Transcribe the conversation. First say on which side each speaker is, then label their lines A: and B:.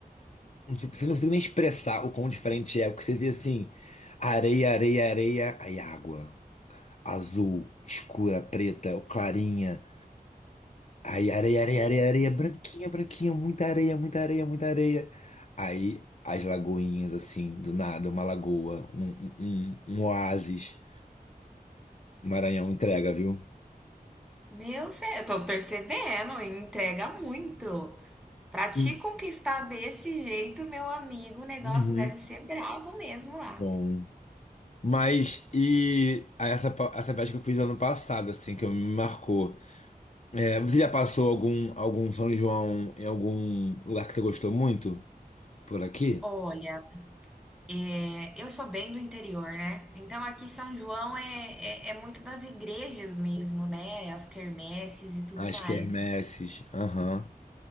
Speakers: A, on the left (about 50°); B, in the centre.
A: Não consigo não consigo nem expressar o quão diferente é. O que você vê assim: areia, areia, areia, aí água. Azul, escura, preta, ou clarinha. Aí areia, areia,
B: Meu,
A: areia, areia, branquinha, branquinha, muita areia, muita areia, muita areia. Aí as lagoinhas, assim, do nada, uma lagoa, um, um, um, um oásis. Maranhão entrega, viu?
B: meu céu, eu tô percebendo, entrega muito. Pra te
A: Sim.
B: conquistar desse jeito, meu amigo, o negócio
A: Uhum.
B: deve ser bravo mesmo lá.
A: Bom. Mas, e aí essa, pa- essa viagem que eu fiz ano passado, assim, que me marcou. É, você já passou algum, algum São João em algum lugar que você gostou muito? Por aqui?
B: Olha, é, eu sou bem do interior, né? Então aqui São João é, é, é muito das igrejas mesmo, né? As quermesses e tudo
A: As
B: mais,
A: quermesses. Aham.